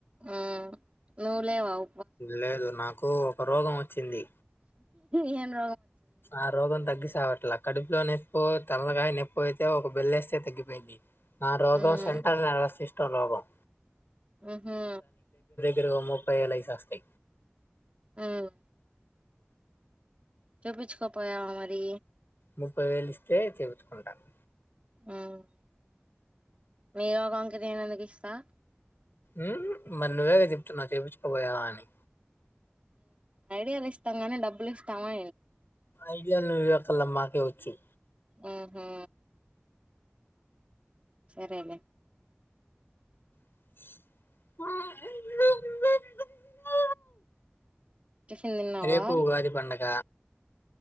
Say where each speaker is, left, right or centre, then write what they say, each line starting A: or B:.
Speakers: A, on the right; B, on the left.
A: ఉమ్ నువు లేవావు
B: లేదు నాకు రోగం వచ్చింది
A: ఏను
B: ఆ రోం తగ్గిసివట్ అట్లా కడుపులో నప్పి తల్లకాయ నొప్ప అయితే ఒక బెల్ళ వేస్తే తగ్గిపోయింది నా రోగం
A: ఉమ్
B: సెంటర్ల్ నిర్వసిస్తు తలాభం
A: ఆహా
B: గృహం ముప్పై ఏలైస్స్తతి
A: ఉమ్ చూపించుకోపోయా మరి
B: ముప్పై వేలు ఇస్తే చెబతుకుంటాను
A: ఉమ్ మీరు ఒకంక నేనుందుకు ఇస్తా
B: ఉమ్ మరి నువ్వే క తిప్తున్నావు చేపించుకపోయావా అని
A: ఐడియాలు ఇస్తాం గానీ డబ్బులు ఇస్తామా
B: ఐడియా ను ఇవతలమ్మాకవచ్చ చె
A: ఉహు సరేలే
B: ఆ
A: టిఫిన్ తిన్నావా
B: రేపు ఉగాది పండగ